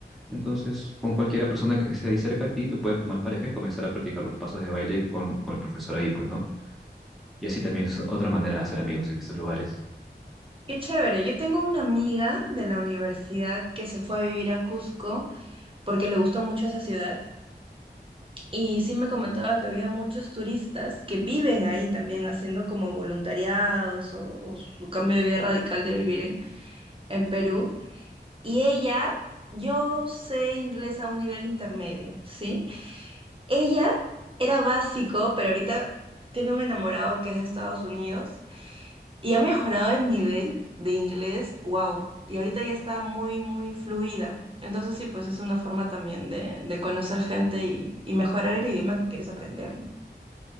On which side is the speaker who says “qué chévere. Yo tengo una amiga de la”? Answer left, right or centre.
Right